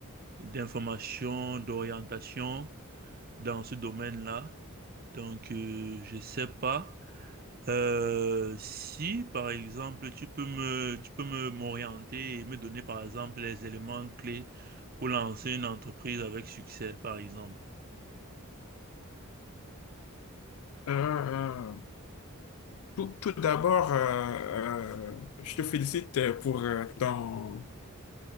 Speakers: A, on the right; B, on the left.
A: d'informations, d'orientation dans ce domaine-là. Donc, euh, je sais pas. Euh, si, par exemple, tu peux me, tu peux me, m'orienter et me donner, par exemple, les éléments clés pour lancer une entreprise avec succès, par exemple.
B: Euh, euh, tout, tout d'abord, euh, euh, je te félicite euh, pour euh, ton,